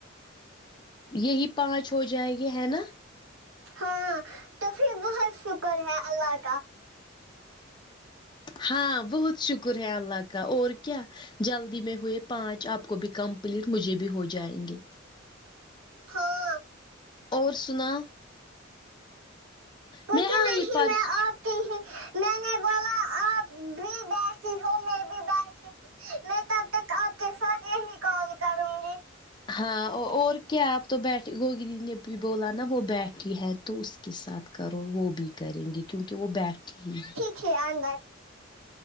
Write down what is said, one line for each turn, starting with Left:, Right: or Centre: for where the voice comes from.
Left: یہی پانچ ہو جائے گی ہے نا
Right: ہاں تو پھر بہت شکر ہے اللہ کا
Left: ہاں بہت شکر ہے اللہ کا اور کیا جلدی میں ہوئے پانچ آپ کو بھی کمپلیٹ مجھے بھی ہو جائیں گے
Right: ہاں
Left: اور سناو
Right: پتہ
Left: میں آئی
Right: نہیں
Left: پرس
Right: میں آپ میں نے بولا آپ بھی بیٹھی ہو میں بھی بیٹھی میں تب تک آپ کے ساتھ یہی کال کروں گی
Left: ہاں اور کیا آپ تو بیٹھی ہوگی نئی نے بھی بولا نا وہ بیٹھی ہے تو اس کے ساتھ کرو وہ بھی کریں گے کیونکہ وہ بیٹھے ہی
Right: کیا اندر